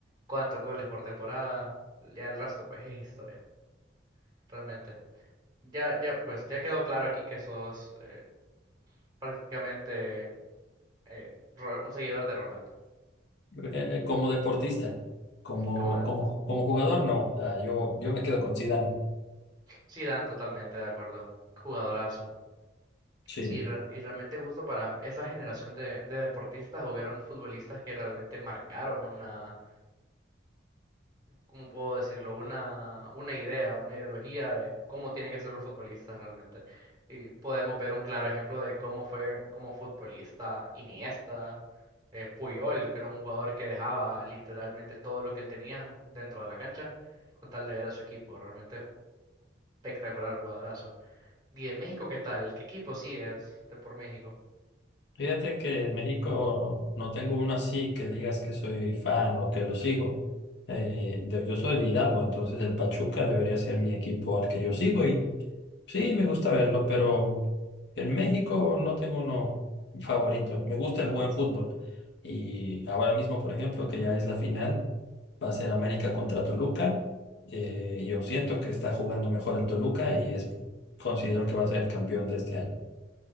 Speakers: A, on the right; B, on the left.
A: cuántos goles por temporada, ya el resto pues es historia, realmente. Ya, ya pues ya quedó claro aquí que sos eh, prácticamente eh, Ro- un seguidor de Ronaldo.
B: Eh, eh, como deportista, como,
A: ¿Cómo es?
B: como, como jugador, no. O sea, yo, yo me quedo con Zidane.
A: Sí, Dan, totalmente de acuerdo. Jugadorazo.
B: Sí.
A: Sí, re- y realmente justo para esa generación de, de deportistas hubieron futbolistas que realmente marcaron una, ¿cómo puedo decirlo? Una, una idea, una ideología de cómo tienen que ser los futbolistas realmente. Y podemos ver un claro ejemplo de cómo fue como futbolista Iniesta, eh, Puyol, que era un jugador que dejaba literalmente todo lo que él tenía dentro de la cancha con tal de ver a su equipo. Realmente espectacular jugadorazo. ¿Y en México qué tal? ¿Qué equipo sigues de por México?
B: Fíjate que en México no tengo uno así que digas que soy fan o que lo sigo. Eh, de- yo soy de Hidalgo, entonces el Pachuca debería ser mi equipo al que yo sigo y sí, me gusta verlo, pero en México no tengo uno favorito. Me gusta el buen fútbol. Y ahora mismo, por ejemplo, que ya es la final, va a ser América contra Toluca. Eh, yo siento que está jugando mejor el Toluca y es- considero que va a ser el campeón de este año.